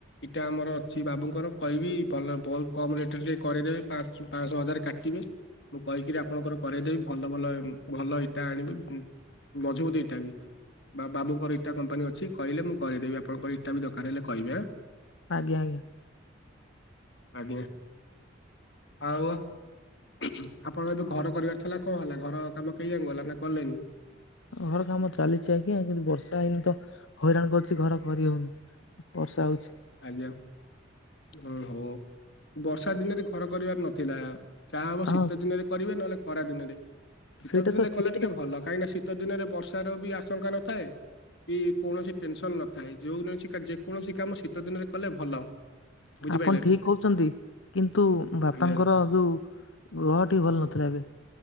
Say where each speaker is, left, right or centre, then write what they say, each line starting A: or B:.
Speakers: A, on the left (about 60°); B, on the left (about 80°).
A: ଇଟା ଆମର ଅଛି ବାବୁଙ୍କର କହିବି ଭଲ ବହୁତ କମ ରେଟ ରେ କରେଇଦେବେ ପା ପାଞ୍ଚଶହ ହଜାର କାଟିବେ। ମୁଁ କହିକିରି ଆପଣଙ୍କର କଇଦେବି ଭଲ ଭଲ ଭଲ ଇଟା ଆଣିବେ ମଝ ବୁତ୍ ଇଟା ବି ବା ବାବୁ ଇଟା କମ୍ପାନୀ ଅ କହିଲେ ମୁଁ କରଦବିପଣଙ୍କର ଇଟା ବି ଦରକାର ହେଲେ କହିବେ।
B: ଆଜ୍ଞା ଆଜ୍ଞା।
A: ଆଜ୍ଞା। ଆଉ ଆପଣ ଏ ଯୋଉ ଘର କରିବାର ଥିଲା କଣ ହେଲା ଘର କାମ କେହି ଜାକ ଗଲା ନା କଲେନି?
B: ଘର କାମ ଚାଲିଛି ଆଜ୍ଞା କିନ୍ତୁ ବର୍ଷା ହେଇନି ତ ହଇରାଣ କରୁଛି ଘର କରିହଉନି। ବର୍ଷା ହଉଛି।
A: ଆଜ୍ଞା, ଓ ହଉ ବର୍ଷା ଦିନରେ ଘର କରିବାର ନଥିଲା। ଯାହା ହବ ଶୀତ
B: ହଁ
A: ଦିନରେ କରିବେ ନହେଲେ ଖରା ଦିନରେ। ଶୀତ
B: ସେଇଟା
A: ଦିନରେ
B: ତ
A: କଲେ
B: ଠିକ
A: ଟିକେ
B: ନା
A: ଭଲ କାହିଁକି ଶୀତ ଶୀତ ଦିନରେ ବର୍ଷାର ବି ଆଶଙ୍କା ନଥାଏ କି କୌଣସି ଟେନସନ ନଥାଏ ଯୋଉ ଯେକୌଣସି କାମ ଶୀତ ଦିନରେ କଲେ ଭଲ। ବୁଝିପାରିଲେ
B: ଆପଣ ଠିକ୍
A: ନା?
B: କହୁଛନ୍ତି କିନ୍ତୁ ବାପାଙ୍କର
A: ଆଜ୍ଞା
B: କି ଯୋଉ ଦେହ ଟିକେ ଭଲ ନଥିଲା ଏବେ।